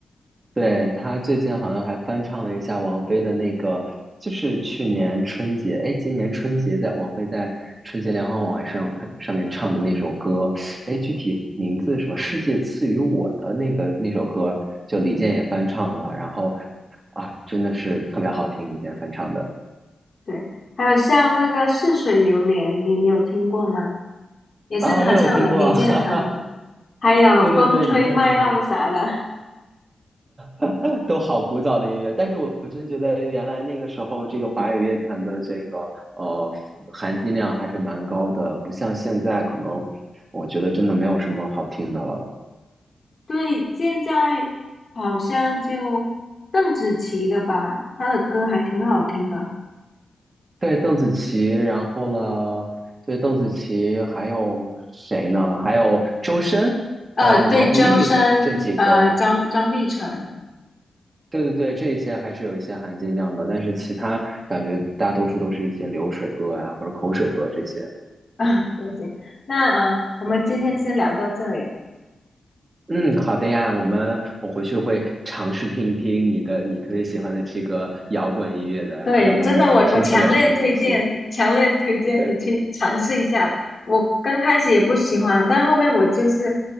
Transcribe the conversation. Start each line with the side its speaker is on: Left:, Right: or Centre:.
Right: 对，他最近好像还翻唱了一下王菲的那个，就是去年春节，哎，今年春节在王菲在春节联欢晚会上上面唱的那首歌，哎，具体名字什么《世界赐予我的》那个那首歌，就李健也翻唱了，然后啊，真的是特别好听，李健翻唱的
Left: 对，还有像那个《似水流年》，你有听过吗？也是他唱的，
Right: 啊，我有听过啊，
Left: 李健他们，
Right: <laughs> 哈哈，
Left: 还有《风吹麦浪》啥的，
Right: 对对对，李健他们 <laughs> 都好古早的音乐，但是我我真觉得原来那个时候，这个华语乐坛的这个呃含金量还是蛮高的，不像现在可能，我觉得真的没有什么好听的了。
Left: 对，现在好像就邓紫棋的吧，她的歌还挺好听的。
Right: 对，邓紫棋，然后呢，对，邓紫棋，还有谁呢？还有周深，
Left: 呃，
Right: 呃，
Left: 对，
Right: 毛不易这几个，
Left: 周深，呃，张张碧晨
Right: 对对对，这一些还是有一些含金量的，但是其他感觉大多数都是一些流水歌啊，或者口水歌这些。
Left: <laughs> 啊，对不起那呃，我们今天先聊到这里。
Right: 嗯，好的呀，我们我回去会尝试听一听你的你特别喜欢的这个摇滚音乐的，
Left: 对，
Right: 看看能不能听出来点什么东西。
Left: 真的，我我强烈推荐，强烈推荐你去尝试一下。
Right: <laughs>
Left: 我刚开始也不喜欢，但后面我就是